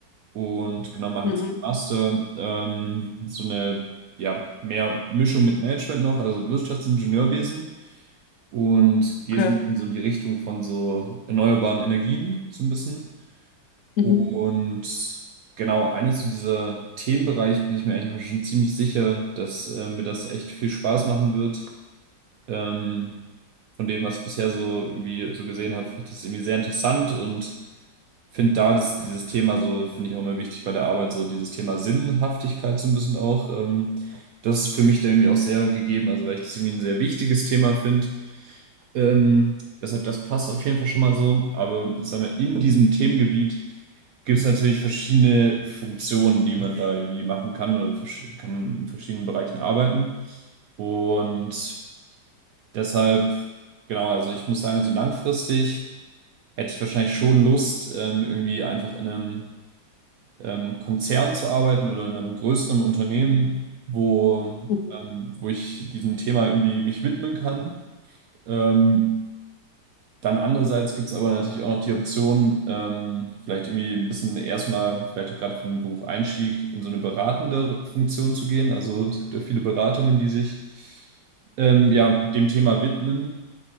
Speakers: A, on the right; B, on the left.
A: und genau mache
B: mhm,
A: jetzt einen Master. Ähm, so eine ja, mehr Mischung mit Management noch, also Wirtschaftsingenieurwesen und gehe
B: okay.
A: so ein bisschen so in die Richtung von so erneuerbaren Energien so ein bisschen.
B: Mhm.
A: Und genau, eigentlich zu so dieser Themenbereich bin ich mir eigentlich auch schon ziemlich sicher, dass äh, mir das echt viel Spaß machen wird. Ähm, von dem, was ich bisher so irgendwie so gesehen habe, finde ich das irgendwie sehr interessant und finde da das, dieses Thema so, finde ich auch immer wichtig bei der Arbeit, so dieses Thema Sinnhaftigkeit so ein bisschen auch. Ähm, das ist für mich da irgendwie auch sehr gegeben, also weil ich das irgendwie ein sehr wichtiges Thema finde. Ähm, deshalb, das passt auf jeden Fall schon mal so. Aber ich sag mal, in diesem Themengebiet gibt es natürlich verschiedene Funktionen, die man da irgendwie machen kann oder versch- kann man in verschiedenen Bereichen arbeiten. Und Deshalb, genau, also ich muss sagen, so langfristig hätte ich wahrscheinlich schon Lust, ähm, irgendwie einfach in einem ähm, Konzern zu arbeiten oder in einem größeren Unternehmen, wo,
B: Mhm.
A: ähm, wo ich diesem Thema irgendwie mich widmen kann. Ähm, dann andererseits gibt es aber natürlich auch noch die Option, ähm, vielleicht irgendwie ein bisschen erstmal, vielleicht auch gerade für den Beruf Einstieg, in so eine beratende Funktion zu gehen. Also es gibt ja viele Beratungen, die sich ähm, ja, dem Thema widmen.